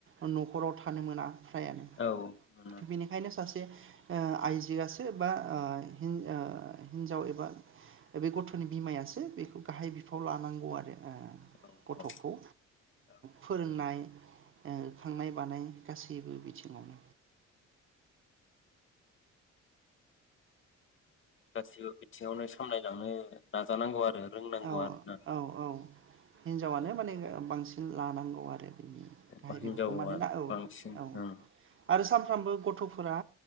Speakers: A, on the right (about 45°); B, on the left (about 40°).
A: न'खराव थानो मोना। फ्रायानो
B: औ मोनो
A: थ बेनिखायनो सासे आइजोआसो बा हि हिनजाव एबा बे गथ'नि बिमायासो बेखौ गाहाय बिफाव लानांगौ आरो
B: औ
A: गथ'खौ
B: औ औ
A: फोरोंनाय खांनाय बानाय गासैबो बिथिङावनो
B: गासिबो बिथिङावनो सामलायलांनो नाजानांगौ आरो रोंनांगौ
A: औ
B: आरो ना
A: औ औ हिनजावानो
B: औ
A: माने बांसिन लानांगौ आरो गाहाय
B: औ हिनजावा
A: बेफोरखौ मानोना औ
B: बांसिन
A: औ
B: ओं
A: आरो सानफ्रामबो गथ' फोरा